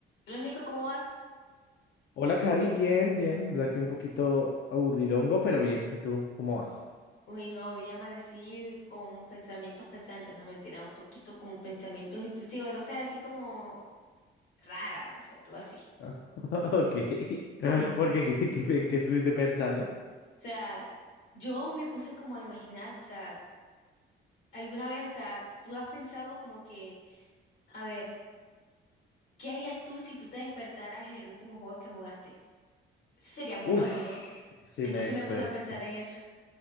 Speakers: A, on the left (about 80°); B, on the left (about 65°).
A: lo único ¿cómo vas?
B: Hola, Cari, bien, bien. Aquí un poquito aburridongo, pero bien. ¿Y tú, cómo vas?
A: Uy, no, hoy amanecí con pensamientos pensantes, no mentira, un poquito con pensamientos intrusivos, no sé, así como rara, no sé, algo así.
B: Ah, <laughs> ok. <laughs> ¿Por qué? ¿Qué, qué- en qué estuviste pensando?
A: O sea, yo me puse como a imaginar, o sea, alguna vez, o sea, tú has pensado como que, a ver, ¿qué harías tú si tú te despertaras en el último juego que jugaste? Eso sería muy
B: Ush,
A: loco, ¿no?
B: sí
A: Entonces
B: me desperta.
A: me puse a pensar en eso.